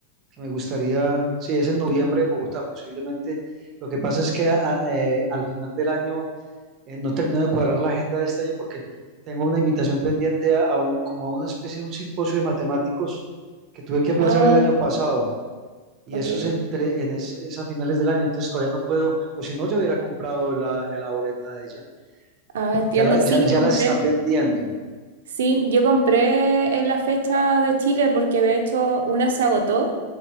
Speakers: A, on the right; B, on the right.
A: que me gustaría, sí, es en noviembre en Bogotá, posiblemente. Lo que pasa es que a- a- eh, al final del año eh, no termino de cuadrar la agenda de este año porque tengo una invitación pendiente a, a un- como a una especie de un simposio de matemáticos que tuve que aplazar
B: Ah,
A: el año
B: ok,
A: pasado y
B: ok.
A: eso es entre
B: ok.
A: en es, es a finales del año, entonces todavía no puedo, o si no yo hubiera comprado la, la boleta de ella,
B: Ah,
A: porque
B: entiendo.
A: ya, la-
B: Sí,
A: ya, ya
B: yo compré.
A: las están vendiendo.
B: Sí, yo compré en la fecha de Chile porque de hecho una se agotó.